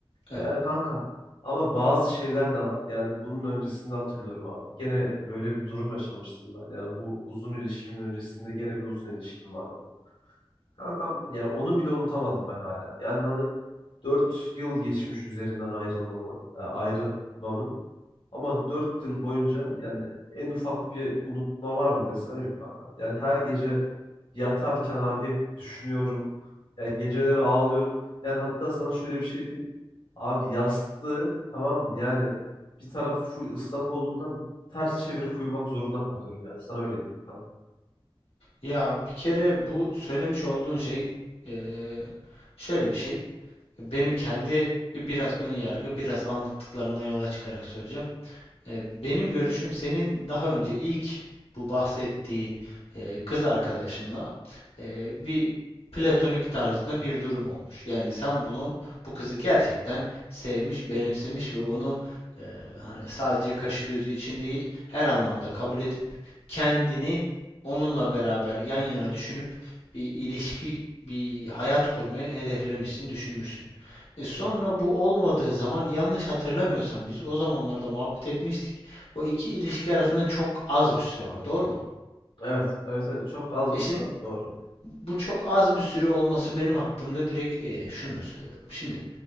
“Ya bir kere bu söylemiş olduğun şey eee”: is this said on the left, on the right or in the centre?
Left